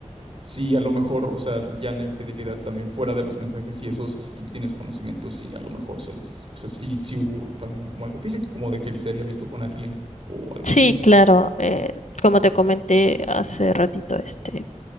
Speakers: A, on the right (about 50°); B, on the left (about 75°).
A: si a lo mejor, o sea, ya en la infidelidad también fuera de los mensajes y eso, o sea, si tú tienes conocimiento, si a lo mejor se es, o sea, sí, sí hubo también como algo físico, como de que él se haya visto con alguien o algo
B: Sí,
A: así.
B: claro. eh, como te comenté hace ratito, este,